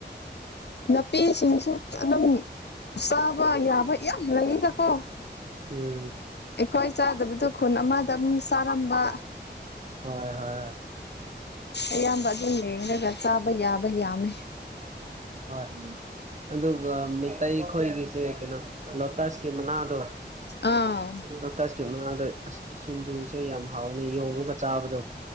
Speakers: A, on the left (about 65°); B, on the right (about 40°).
A: ꯅꯥꯄꯤꯁꯤꯡꯁꯨ ꯑꯗꯨꯝ ꯆꯥꯕ ꯌꯥꯕ ꯌꯥꯝ ꯂꯩꯌꯦꯗꯀꯣ
B: ꯎꯝ
A: ꯑꯩꯈꯣꯏ ꯆꯥꯗꯕꯗꯨ ꯈꯨꯟ ꯑꯃꯗ ꯑꯃꯨꯛ ꯆꯥꯔꯝꯕ
B: ꯍꯣꯏ ꯍꯣꯏ
A: ꯑꯌꯥꯝꯕ ꯑꯗꯨꯝ ꯌꯦꯡꯔꯒ ꯆꯥꯕ ꯌꯥꯕ ꯌꯥꯝꯃꯦ
B: ꯍꯣꯏ ꯎꯝ ꯑꯗꯨꯒ ꯃꯤꯇꯩꯩ ꯈꯣꯏꯒꯤꯁꯦ ꯀꯩꯅꯣ ꯂꯣꯇꯁꯀꯤ ꯃꯅꯥꯗꯣ
A: ꯑꯥ
B: ꯂꯣꯛꯇꯁꯀꯤ ꯃꯅꯥꯗꯣ ꯑꯁ ꯁꯤꯡꯖꯨꯁꯦ ꯌꯥꯝ ꯍꯥꯎꯋꯅꯤ ꯌꯣꯡꯉꯒ ꯆꯥꯕꯗꯣ